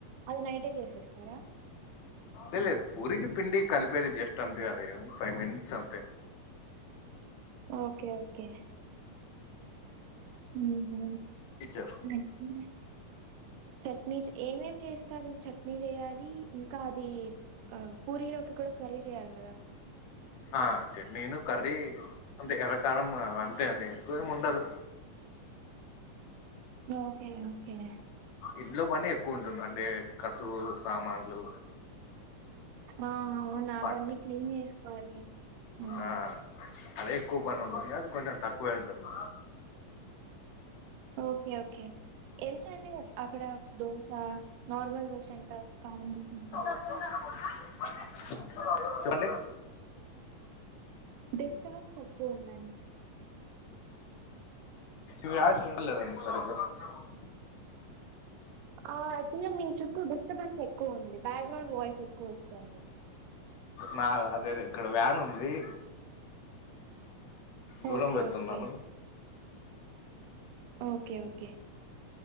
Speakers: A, on the right; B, on the left.
A: అది నైటే చేసేస్తారా
B: ఏ లేదు పూరి పిండి కలిపేది జస్ట్ అంతే అదే ఫైవ్ మినిట్స్ అంతే
A: ఓకే ఓకే ఉ హు
B: టీచర్
A: తగ్గింది చట్నీ ఏమేం చేస్తారు చట్నీ చేయాలి ఇంకా అది ఆ పూరీలోకి కూడా కర్రీ చేయాలి కదా
B: ఆ చట్నీను కర్రీ అంటే ఎర్రకారం అంతే అండి ఎక్కువేమి ఉండదు
A: ఓకే ఓకే
B: ఇంట్లో పని ఎక్కువ ఉంటుంది అంటే కసువు సామాన్లు
A: ఆ అవునా
B: బట్ట
A: అవన్నీ క్లీన్ చేసుకోవాలి అవును.
B: ఆ అదే ఎక్కువ పని ఉంటుంది అది కొంచెం తక్కువే ఉంటుంది
A: ఓకే ఓకే ఎంత అండి అక్కడ దోశ నార్మల్ దోశ ఎంత కారం దోశ ఎంత
B: పోతున్నావు హాయ్ చెప్పండి
A: డిస్టబెన్స్ ఎక్కువ ఉందండి
B: ఈ యాడ్స్ నిండా లేదండి సరిగా అవును
A: ఆ జీఎం మీ చుట్టూ డిస్టర్బెన్స్ ఎక్కువ ఉంది బ్యాక్గ్రౌండ్ వాయిస్ ఎక్కువ వస్తుంది
B: నా అదేది ఇక్కడ వ్యాన్ ఉంది దూరం
A: ఓకే.
B: వెళ్తున్నాను
A: ఓకే. ఓకే ఓకే